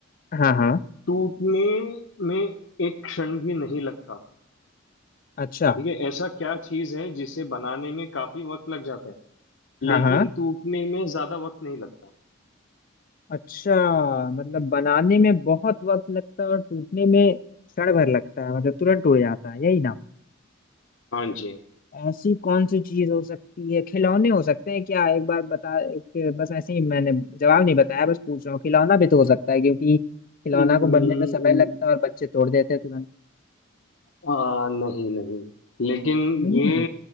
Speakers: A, on the left; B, on the left.
A: हाँ हाँ
B: टूटने में एक क्षण भी नहीं लगता
A: अच्छा
B: ठीक है ऐसा क्या चीज है जिसे बनाने में काफी वक्त लग जाता है लेकिन
A: हाँ हाँ
B: टूटने में ज्यादा वक्त नहीं लगता
A: अच्छा मतलब बनाने में बहुत वक्त लगता है और टूटने में क्षण भर लगता है मतलब तुरंत टूट जाता है यही ना
B: हाँ जी
A: ऐसी कौन सी चीज हो सकती है खिलौने हो सकते हैं क्या एक बार बता एक- बस ऐसे ही मैंने जवाब नहीं बताया बस पूछ रहा हूँ खिलौना भी तो हो सकता है क्योंकि खिलौना
B: हम्म,
A: को बनने में समय लगता है और बच्चे तोड़ देते हैं तुरंत
B: आ, नहीं नहीं लेकिन
A: नहीं
B: ये